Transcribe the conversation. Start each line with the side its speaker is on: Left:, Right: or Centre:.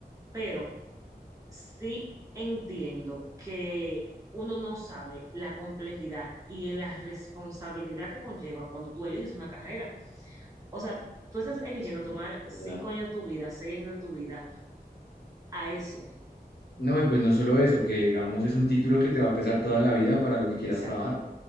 Right: Pero sí entiendo que uno no sabe la complejidad y la responsabilidad que conlleva cuando tú eliges una carrera. O sea, tú estás eligiendo
Left: Sí,
Right: tomar
Left: es verdad.
Right: cinco años de tu vida, seis años de tu vida a eso.
Left: No, y pues no solo eso, que digamos es un título que te va a pesar toda la vida para lo que quieras
Right: Exacto,
Left: trabajar.